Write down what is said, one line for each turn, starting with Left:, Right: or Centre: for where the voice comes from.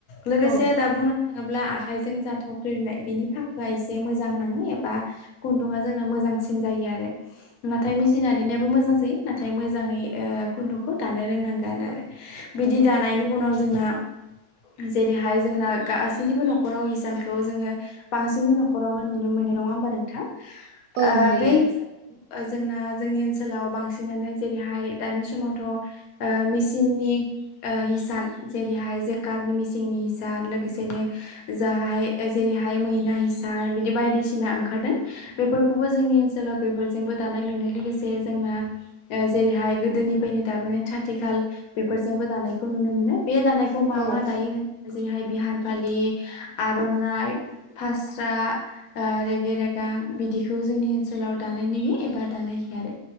Left: लोगोसे
Right: औ
Left: दा बुंनो थाङोब्ला आखाइजों जाथावख्रिनाय बिनि फाखुआ एसे मोजां नाङो एबा गुन्दुङा जोंना मोज जांसिन जायो आरो नोंङाथाय मिचिनारियाबो मोजां जायो नाथाय मोजाङै ओ खुन्दुं खौ दानो रोंनांगान आरो बिदि दानायनि उनाव जोंहा जेरैहाय जोंना गासैनिबो न'खराव हिसानखौ जोङो बांसिनै न'खरावनो नुनो मोन नङा होमबा नोंथां
Right: औ
Left: आ
Right: नुयो
Left: बे हिसाब ओ जोंना जोंनि ओनसोलाव बांसिनानो जेरैहाय दानि समाव थ ओ मिचिननि ओ हिसान जेरैहाय जेकारनि मिसिंनि हिसान लोगोसेनो जाहाय ओ जेर हाय मैना हिसार बिदि बायदिसिना ओंखारदों बेफोरखौबो जोंनि ओनोलाव बेफोरजों बो दानाय लुनो लोगोसे जोंना ओ जेरै हाय गोदोनि फैनो दाबोनो थाथिखाल बेफोरजोंबो दानायखौ नुनो मोनो बे दानायखौ मा
Right: औ
Left: मा दायो जेरैहाय बिहान फालि आर'नाइ फास्रा आ रेगे रेगां बिदिखौ जोंनि ओनसोलाव दानाय नुयो एबा दानाय होयो आरो